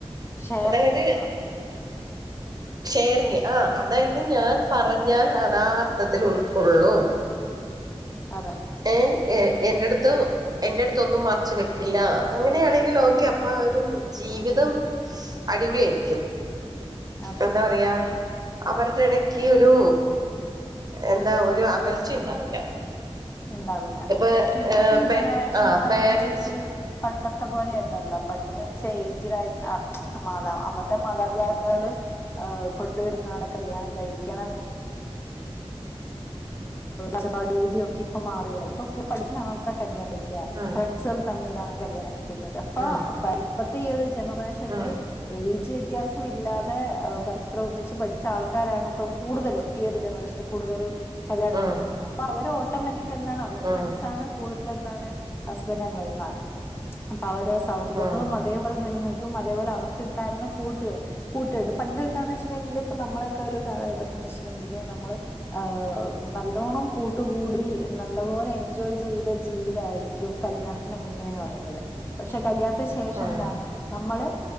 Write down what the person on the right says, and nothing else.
അതായത്
ഷെയറിങ് ആ അതായത് ഞാൻ പറഞ്ഞാൽ അതാ അർത്ഥത്തിൽ ഉൾക്കൊള്ളും
ഏ എന്റെടുത്ത് എന്റെ അടുത്തൊന്നും മറച്ച് വെക്കില്ല അങ്ങനെയാണെങ്കിൽ ഓക്കെ അപ്പ ഒരു ജീവിതം അടിപൊളിയായിരിക്കും
എന്താ പറയാ അവരുടെ ഇടയ്ക്ക് ഒരു എന്താ ഒരു അകൽച്ച ഉണ്ടാവില്ല
ഇപ്പൊ
പേ
ആ
പേരൻറ്സ്
ഉം
ഉം
ഉം
ഉം
ഉം
ഉം
ഉം